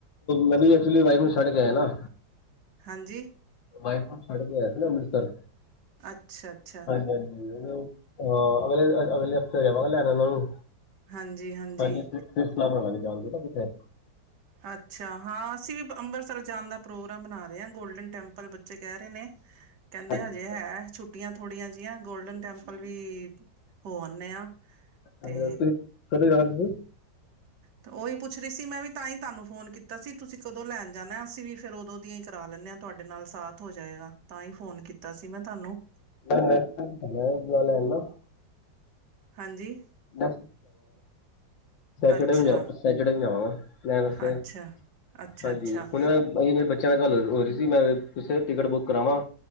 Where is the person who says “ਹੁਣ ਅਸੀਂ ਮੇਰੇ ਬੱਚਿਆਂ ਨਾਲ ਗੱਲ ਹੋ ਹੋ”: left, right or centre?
Left